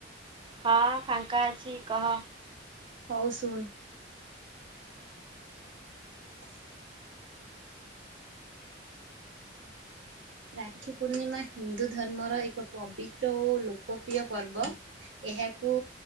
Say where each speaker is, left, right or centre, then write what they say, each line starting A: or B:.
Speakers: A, on the right; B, on the right.
A: ହଁ ଫାଙ୍କା ଅଛି କହ।
B: ହୋଉ ଶୁଣ୍। <inaudible> ରାକ୍ଷୀ ପୂର୍ଣ୍ଣିମା ହିନ୍ଦୁ ଧର୍ମର ଏକ ପବିତ୍ର ଓ ଲୋକପ୍ରିୟ ପର୍ବ। ଏହାକୁ